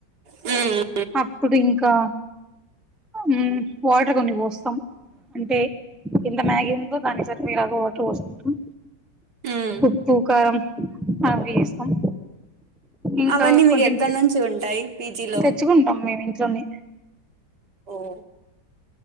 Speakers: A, on the right; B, in the centre.
A: మ్మ్
B: అప్పుడు ఇంకా మ్మ్ వాటర్ కొన్ని పోస్తాం అంటే ఎంత మ్యాగీ ఉందో దానికి సరిపోయే లాగా వాటర్ పోసుకుంటాం
A: ఉమ్
B: ఉప్పు కారం అవి ఏస్తాం ఇంకా
A: అవన్నీ మీకు
B: కొంచెం
A: ఎక్కడ నుంచి ఉంటాయి పీజీలో
B: తెచ్చుకుంటాం మేము ఇంట్లోనే
A: ఓ